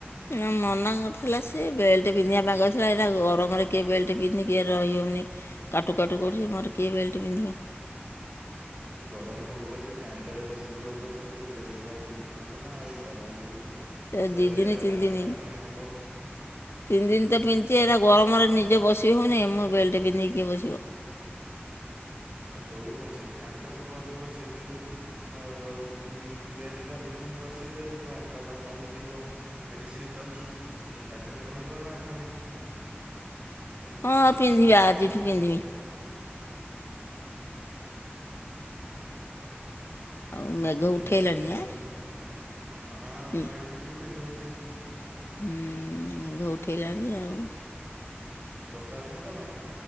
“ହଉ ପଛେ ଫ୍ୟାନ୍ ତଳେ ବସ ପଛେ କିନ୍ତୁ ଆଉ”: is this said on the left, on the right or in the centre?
Right